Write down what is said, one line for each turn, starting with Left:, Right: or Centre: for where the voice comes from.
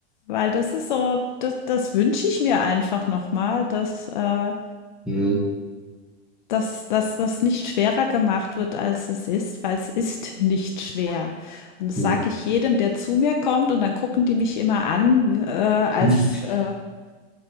Left: weil das ist so das das wünsche ich mir einfach nochmal, dass, äh
Centre: Mhm.
Left: dass, dass das nicht schwerer gemacht wird, als es ist, weil es ist nicht schwer. Und das
Centre: Hm.
Left: sage ich jedem, der zu mir kommt und dann gucken die mich immer an, äh, als
Centre: <laughs>
Left: äh,